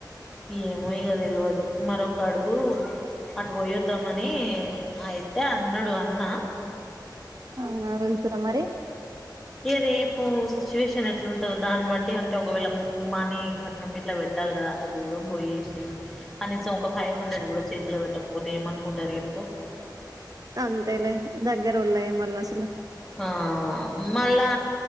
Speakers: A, in the centre; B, on the right.
A: ఏమో ఇగదెల్వదు మరొక్కడుగు అటు పోయొద్దామని అయితే అన్నాడు అన్న
B: ఆ నవ వెళ్తురా మరి
A: ఏ రేపు సిచ్యువేషన్ ఎట్లుంటందో దాన్ని బట్టి అంటే ఒకవేళ మనీ కట్నం ఇట్లా పెట్టాలి కదా అంత దూరం పోయేసి కనీసం ఒక ఫైవ్ హండ్రెడ్ కూడా చేతిలో పెట్టకపోతే ఏమనుకుంటారు ఎప్పు
B: అంతేలే దగ్గర ఉళ్ళ ఏ మల్లాసలే
A: ఆ మళ్ళా